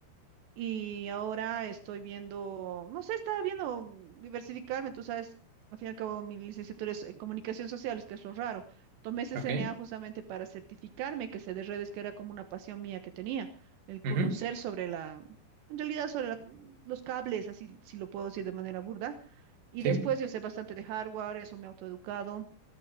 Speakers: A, on the right (about 75°); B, on the right (about 55°).
A: Y ahora estoy viendo, no sé, estaba viendo mm, diversificarme, tú sabes, al fin y al cabo mi licenciatura es en comunicación sociales, que es lo raro. Tomé CCNA
B: ok,
A: justamente para certificarme que sé de redes, que era como una pasión mía que tenía, el conocer
B: ujú,
A: sobre la, en realidad sobre la- los cables, así si lo puedo decir de manera burda. Y
B: sí,
A: después yo sé bastante de hardware, eso me he autoeducado.